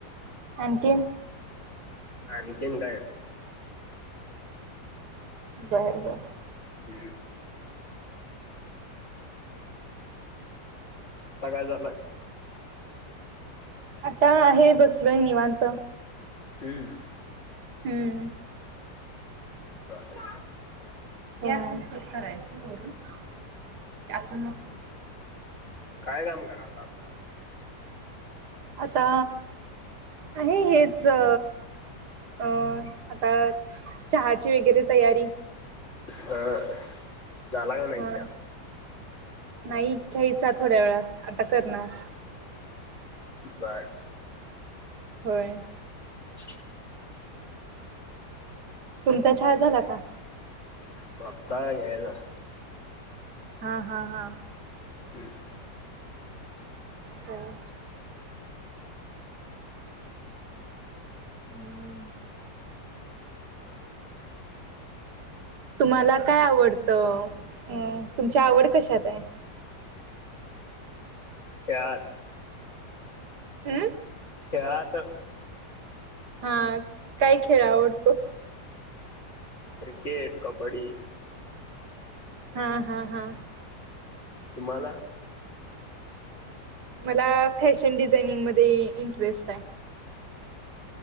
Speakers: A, on the right; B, on the left.
A: आणखीन.
B: आणखीन काय नाही.
A: बरं बरं.
B: हम्म. आता काय झालाय?
A: आता आहे बसलोय निवांत.
B: हम्म.
A: हम्म.
B: बरं
A: हे असच कट करायचं वरून हे आपण नको
B: काय काम करालता आता.
A: आता आहे हेच अ अ आता चहाची वगैरे तयारी.
B: हां. झाला का नाही
A: हा
B: चहा.
A: नाही घ्यायचा थोड्या वेळात आता करणार.
B: बर.
A: होय.
B: <unintelligible>
A: तुमचा चहा झाला का?
B: <unintelligible>
A: हा हा हा.
B: हम्म.
A: ह. आणि तुम्हाला काय आवडतं? अ ऊ तुमची आवड कशात आहे?
B: त्यात.
A: हम्म.
B: त्यात
A: हा काय खेळ आवडतो?
B: क्रिकेट, कबड्डी.
A: हा हा हा.
B: तुम्हाला?
A: मला फॅशन डिझाइनिंग मध्ये इंटरेस्ट आहे.